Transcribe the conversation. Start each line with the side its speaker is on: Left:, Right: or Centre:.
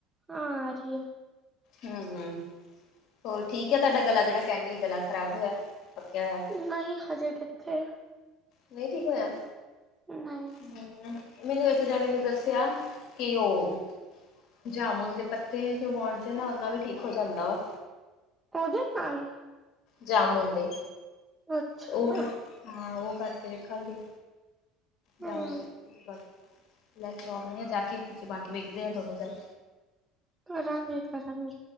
Right: ਹਾਂ ਆ ਰੀ ਐ।
Left: ਹੂੰ-ਹੰ, ਹੋਰ ਠੀਕ ਐ ਤੁਆਡਾ ਗਲਾ ਜੇੜਾ ਕੈਂਨ ਡਏ ਗਲਾ ਖ਼ਰਾਬ ਹੋਯਾ ਪੱਕਿਆ ਹੋਯਾ।
Right: ਨਈ ਹਜੇ ਕਿੱਥੇ।
Left: ਨਈ ਠੀਕ ਹੋਯਾ?
Right: ਨਈ।
Left: ਹੂੰ, ਮੈਨੂੰ ਏਕ ਜਾਣੇ ਨੇ ਦੱਸਿਆ ਕਿ ਓ ਜਾਮੁਨ ਦੇ ਪੱਤੇ ਜੇ ਬੁਉਣੇ ਨਾ ਓਨਾ ਵੀ ਠੀਕ ਹੋ ਜਾਂਦਾ ਵਾ।
Right: ਓਦੇ ਕੱਲ
Left: ਜਾਮੁਨ ਦੇ,
Right: ਅੱਛਾ
Left: ਓ ਕਰ ਹਾਂ ਓ ਕਰਕੇ ਦੇਖਾਂਗੇ।
Right: ਹਮ
Left: ਜਾਮੁ ਦੇ <unintelligible> ਲੈ ਕੇ ਓਨੇ ਆ ਜਾ ਕੇ ਚਬਾਕੇ ਵੇਖਦੇ ਆ ਦੋਨੋ ਜਨੇ
Right: ਕਰਾਂਗੇ- ਕਰਾਂਗੇ